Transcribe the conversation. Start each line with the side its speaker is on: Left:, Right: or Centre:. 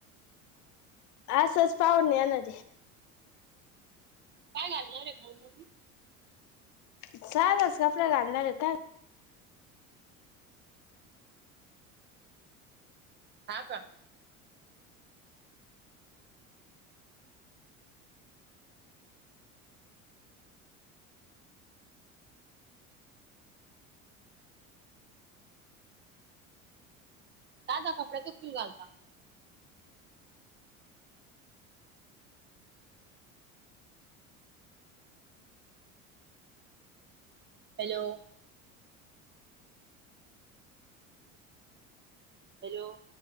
Left: आसच पाहुणे येणार
Right: काय घालणार रे भाऊ म
Left: चचास कपडा गाणार रेता
Right: हा का दादा कपड्या चो कल घालता हॅलो व